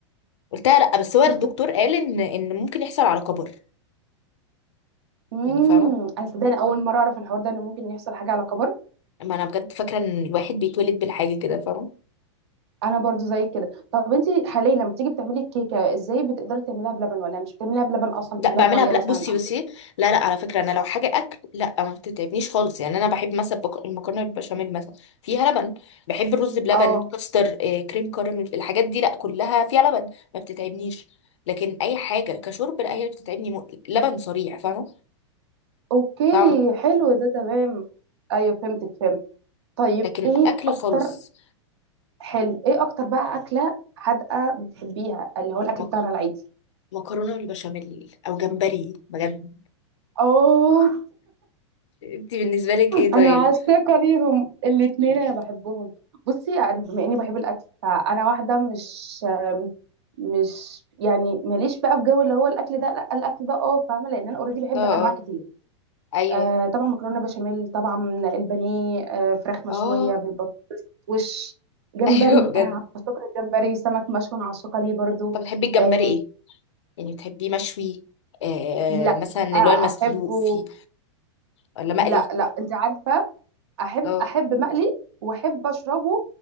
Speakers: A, on the left; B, on the right.
A: قلتها لا بس هو الدكتور
B: تفتكر
A: قال ان ان ممكن يحصل على كبر
B: امم
A: يعني فاهمة
B: انا صدقني اول مره اعرف الحوار ده ان ممكن يحصل حاجه على كبر
A: ما انا بجد فاكره ان الواحد بيتولد بالحاجه كده فاهمه
B: انا برضو زي كده طب انت حاليا لما بتيجي بتعملي الكيكه ازاي بتقدري تعمليها بلبن ولا مش بتعمليها بلبن اصلا
A: لا
B: بتعمليها
A: بعملها
B: بميه
A: ب- لا
B: مثلا
A: بصي بصي لا لا على فكره انا لو حاجه اكل لا ما بتتعبنيش خالص يعني انا بحب مثلا بك- المكرونه بالبشاميل مثلا فيها لبن بحب الرز بلبن
B: اه
A: كاستر آه، كريم كراميل الحاجات دي لا كلها فيها لبن ما بتتعبنيش لكن اي حاجه كشرب لا هي اللي بتتعبني مو- لبن صريع فاهمه
B: اوكي
A: طعم
B: حلو ده تمام ايوه فهمتك فهمت طيب
A: لكن
B: ايه
A: اكل
B: اكتر
A: خالص
B: حلو ايه اكتر بقى اكله حادقه بتحبيها اللي هو الاكل
A: مك-
B: بتاعنا العادي
A: مكرونه بالبشاميل او جمبري بجد
B: اه
A: انت بالنسبه لك ايه طيب
B: انا عاشقه ليهم الاتنين
A: <laughs>
B: انا بحبهم بصي يعني بما اني بحب الاكل فانا واحده مش مش يعني ماليش بقى في جو اللي هو الاكل ده لا الاكل ده اه فاهمه لان انا اوريدي بحب
A: اه
B: انواع
A: اه
B: كتير
A: ايوه
B: آه طبعا مكرونه بشاميل طبعا البانيه آه فراخ مشويه
A: اه
B: بالبطوش جمبري
A: <laughs> ايوه بجد
B: انا عاشقه الجمبري سمك مشوي انا عاشقه ليه برضو
A: طب بتحبي الجمبري
B: آه
A: ايه يعني بتحبيه مشوي آه
B: لا
A: مثلا اللي
B: آه
A: هو المسلوق
B: احبه
A: فيه ولا مقلي
B: لا لا انت عارفه احب
A: اه
B: احب مقلي واحب اشربه